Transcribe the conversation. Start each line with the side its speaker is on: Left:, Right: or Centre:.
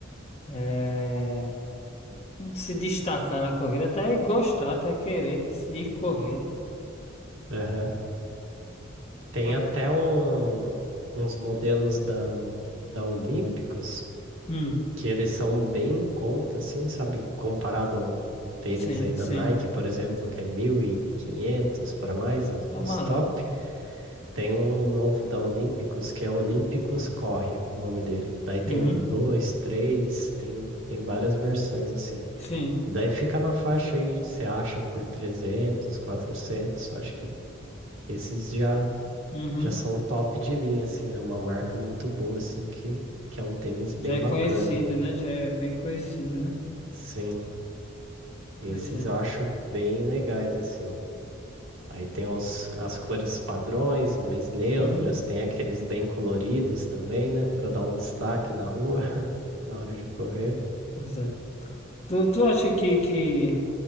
Left: é, Se destacar na corrida, até gostar, até querer ir correr, né?
Right: Aham. Tem
Left: Olha
Right: até
Left: que-
Right: um, uns modelos da, da Olímpicos
Left: Hum,
Right: que eles são bem em conta, assim, sabe? Comparado a um, um tênis
Left: sim,
Right: aí da
Left: sim.
Right: Nike, por exemplo, que é 1.500 para mais, os
Left: Tá
Right: os
Left: maluco,
Right: top.
Left: né?
Right: Tem um novo da Olímpicos que é Olímpicos Corre, o nome dele. Daí tem
Left: Uhum,
Right: o 2, 3, tem, tem várias versões assim.
Left: sim.
Right: E daí fica na faixa aí, você acha por trezentos quatrocentos Acho que esses já,
Left: Uhum.
Right: já são top de linha, assim, né? Uma marca muito boa, assim, que, que é um tênis
Left: Já
Right: bem
Left: é
Right: bacana.
Left: conhecido, né? Já é bem conhecido, né?
Right: Sim, esses
Left: Pois é.
Right: eu acho bem legais, assim. Aí tem os, as cores padrões, mais neutras,
Left: Uhum,
Right: tem aqueles bem coloridos também, né? Pra dar um destaque na rua, <laughs> na hora de correr.
Left: pois é. Tu, tu acha que, que...